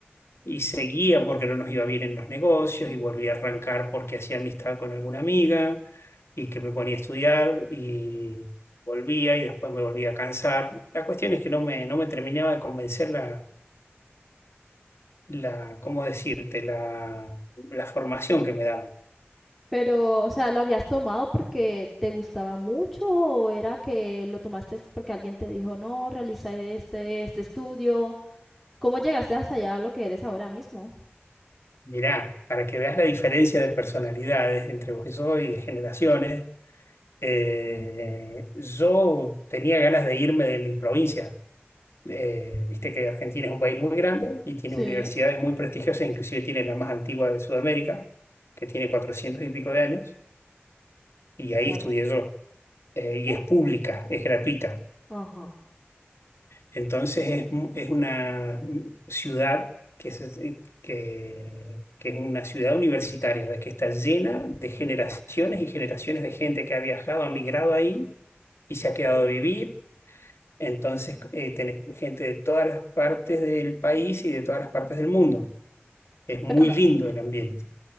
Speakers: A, on the left; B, in the centre.
A: y seguía porque no nos iba bien en los negocios, y volví a arrancar porque hacía amistad con alguna amiga, y que me ponía a estudiar, y volvía, y después me volvía a cansar. La cuestión es que no me, no me terminaba de convencer la, la, ¿cómo decirte?, la, la formación que me daban.
B: Pero, o sea, ¿lo habías tomado porque te gustaba mucho o era que lo tomaste porque alguien te dijo, no, realiza este, este estudio? ¿Cómo llegaste hasta allá a lo que eres ahora mismo?
A: Mirá, para que veas la diferencia de personalidades entre vos y yo y de generaciones, eh, yo tenía ganas de irme de mi provincia. Eh, viste que Argentina es un país muy grande y tiene
B: Sí,
A: universidades muy prestigiosas, inclusive tiene la más antigua de Sudamérica, que tiene 400 y pico de años, y ahí
B: claro.
A: estudié yo. Eh, y
B: Ah,
A: es pública, es gratuita.
B: Ajá.
A: Entonces es, mu- es una ciudad que es, eh, que, que es una ciudad universitaria, que está llena de generaciones y generaciones de gente que ha viajado, ha migrado ahí y se ha quedado a vivir. Entonces eh, tenés gente de todas las partes del país y de todas las partes del mundo. Es muy
B: Pero no,
A: lindo el ambiente.